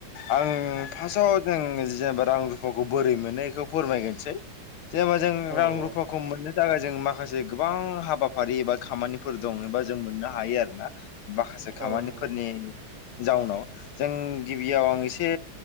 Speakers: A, on the left; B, on the right.
A: आं फास्टआव जों जेनेबा रां रुफाखौ बोरै मोनो इखौ फोरमायग्रोनोसै जेनेबा जों
B: औ
A: रां रुफाखौ
B: औ
A: मोननो थाखाय जों माखासे गोबां हाबाफारि एबा खामानिफोर दं एबा जों मोननो हायो आरो ना माखासे खामानिफोरनि
B: औ नंगौ
A: जाउनाव जों गिबियाव आं एसे